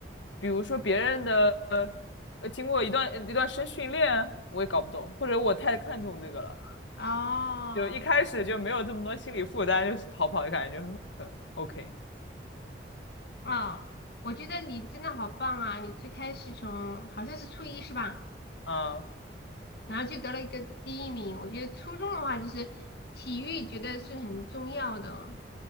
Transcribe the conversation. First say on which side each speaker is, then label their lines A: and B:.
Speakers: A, on the left; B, on the left.
A: 比如说别人的，呃，经过一段一段时间训练，我也搞不懂，或者我太看重这个了，
B: 哦，
A: 就一开始就没有这么多心理负担，就是跑跑的感觉很很 OK，
B: 哦，我觉得你真的好棒啊！你最开始从好像是初一是吧？
A: 嗯，
B: 然后就得了一个第一名。我觉得初中的话，就是体育觉得是很重要的，